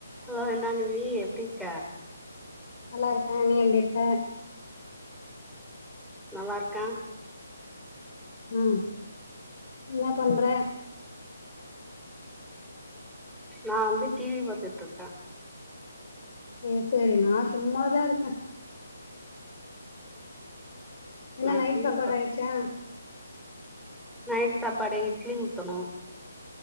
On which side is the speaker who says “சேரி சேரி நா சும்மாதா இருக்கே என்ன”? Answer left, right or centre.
Left